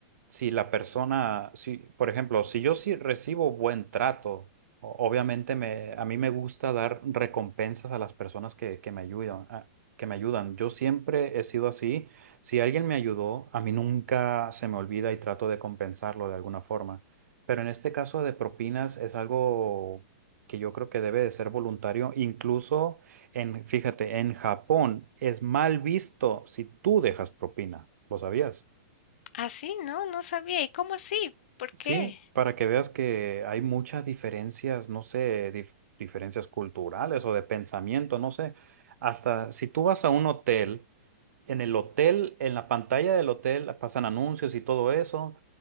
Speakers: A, on the right; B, on the left.
A: si la persona, si, por ejemplo, si yo sí recibo buen trato, o- obviamente me, a mí me gusta dar recompensas a las personas que, que me ayudan, a- que me ayudan. Yo siempre he sido así. Si alguien me ayudó, a mí nunca se me olvida y trato de compensarlo de alguna forma. Pero en este caso de propinas es algo que yo creo que debe de ser voluntario. Incluso en, fíjate, en Japón es mal visto si tú dejas propina. ¿Lo sabías?
B: así No, no sabía. ¿Y cómo así? ¿Por
A: Sí,
B: qué?
A: para que veas que hay muchas diferencias, no sé, dif- diferencias culturales o de pensamiento, no sé. Hasta si tú vas a un hotel. en el hotel, en la pantalla del hotel pasan anuncios y todo eso.